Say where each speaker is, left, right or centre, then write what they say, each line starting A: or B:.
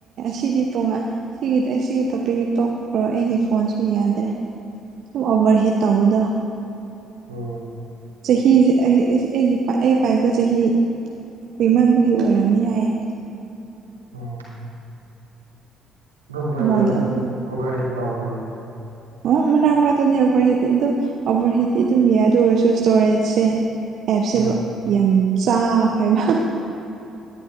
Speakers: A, on the right; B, on the right.
A: ꯁꯤꯗꯤ ꯇꯣꯉꯥꯟ ꯁꯤꯒꯤꯗꯤ ꯑꯩ ꯁꯤꯒꯤ ꯇꯣꯄꯤꯛꯒꯤ ꯇꯣꯞ ꯑꯣꯏ꯭ꯔꯣ ꯑꯩꯒꯤ ꯐꯣꯟꯁꯨ ꯌꯥꯗ꯭ꯔꯦ ꯑꯚꯔ ꯍꯦꯠ ꯇꯧꯕꯗ
B: ꯑꯣ
A: ꯆꯍꯤꯁꯦ ꯑꯩ ꯑꯩꯒꯤ ꯑꯩ ꯄꯥꯏꯕ ꯆꯍꯤ ꯀꯨꯏꯃꯟꯕꯒꯤ ꯑꯣꯏꯔꯝꯅꯤ ꯍꯥꯏꯌꯦ
B: ꯎꯝ ꯝ ꯄꯥꯏꯊꯔꯁ
A: ꯃꯣꯗꯦꯜꯗꯣ
B: ꯈ ꯍ ꯇꯕ꯭ꯔ
A: ꯑ ꯃ ꯑꯃ ꯑꯗꯨꯇꯅꯤ ꯑꯣꯚꯔꯍꯤꯤꯠꯇꯤ ꯑꯗꯨꯝ ꯑꯣꯚꯔꯍꯤꯤꯠꯇꯤ ꯑꯗꯨꯝ ꯌꯥꯗ ꯑꯣꯏꯔꯁꯨ ꯏꯁꯇꯣꯔꯦꯖꯁꯦ ꯑꯦꯞꯁꯦ
B: ꯎꯝ
A: ꯌꯥꯝ ꯆꯥꯈ꯭ꯔꯦꯕ